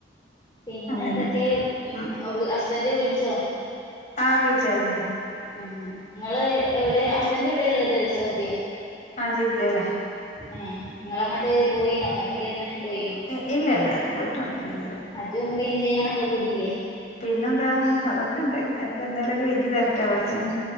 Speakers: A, on the left; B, on the left.
A: പിന്നെന്തൊക്കെയാ
B: അങ്ങനെ ഉം
A: ഹസ്ബൻഡ് വിളിച്ചോ
B: ആഹ് വിളിച്ചായിരുന്നേ
A: ഉം നിങ്ങള് എവിടെ ഹസ്ബന്റ് എവിടെയാ ഉള്ളത് സൗദിയാ
B: ആഹ് ജിദ്ദേലാ
A: ഉം നിങ്ങളങ്ങോട്ട് പോയീനോ ഫാമിലി അങ്ങനെ പോയിണോ
B: ഉം ഇല്ലില്ല പോയിട്ടൊന്നൂല്ല
A: ഉം
B: ഇതുവരെ
A: ഹജ്ജും ഉംറേം ചെയ്യാനൊക്കെ പൂതീല്ലേ
B: പിന്നെന്താ അതൊക്കെണ്ട് അതൊക്കെ എന്തേലൊക്കെ വിധി തരട്ടെ പടച്ചോനെ